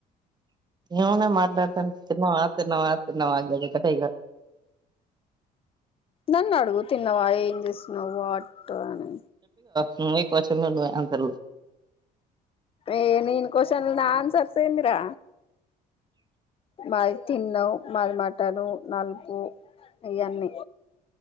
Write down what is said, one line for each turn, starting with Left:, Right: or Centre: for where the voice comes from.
Right: ఏమున్నాయి మాట్లాడతాను తిన్నావా తిన్నావా తిన్నావా ఎందు కట్టిగా
Left: నన్ను అడుగు తిన్నావా ఏం చేస్తున్నావు్ వాట్ అని
Right: సోది క్యూస్షన్స్ అంటారు
Left: ఏ నేను క్వశ్చన్ నా ఆన్సర్స్ ఏందిరా మాది తిన్నావు మాది మటను నలుపు ఆయన్ని